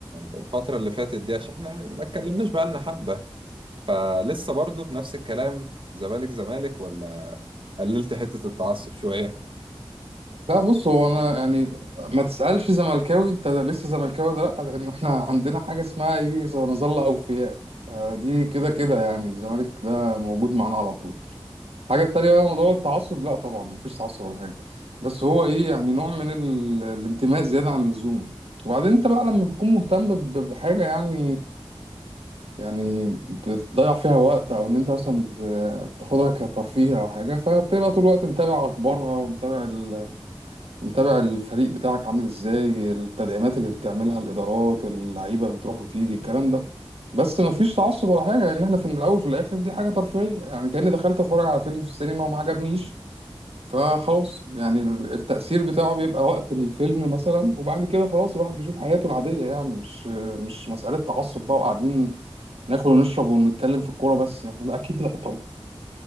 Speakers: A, on the right; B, on the right.
A: الفتره اللي فاتت دي عشان احنا ما اتكلمناش بقى لنا حبه فلسه برضه نفس الكلام زمالك زمالك ولا قللت حتة التعصب شوية
B: لا بص هو أنا يعني ما تسألش زملكاوي أنت لسه زملكاوي ولا لأ لأن إحنا عندنا حاجة اسمها إيه زي نظل أوفياء فدي كده كده يعني الزمالك ده موجود معانا على طول الحاجة التانية بقى موضوع التعصب لأ طبعا مفيش تعصب ولا حاجة بس هو إيه يعني نوع من ال- الانتماء زيادة عن اللزوم وبعدين أنت بقى لما بتكون مهتم ب- بحاجة يعني يعني بتضيع فيها وقت او ان انت مثلا بت- بتاخدها كترفيه او حاجه فبتبقى طول الوقت متابع اخبارها ومتابع ال... متابع الفريق بتاعك عامل ازاي التدعيمات اللي بتعملها الادارات اللعيبه بتروح وتيجي الكلام ده بس مفيش تعصب ولا حاجه لان احنا في الاول وفي الاخر دي حاجه ترفيهيه يعني كاني دخلت اتفرج على فيلم في السينما وما عجبنيش فخلاص يعني ال- التأثير بتاعه بيبقى وقت الفيلم مثلا وبعد كده خلاص الواحد بيشوف حياته العادية يعني مش مش مسألة تعصب بقى وقاعدين ناكل ونشرب ونتكلم في الكورة بس يعني لا أكيد لا طبعا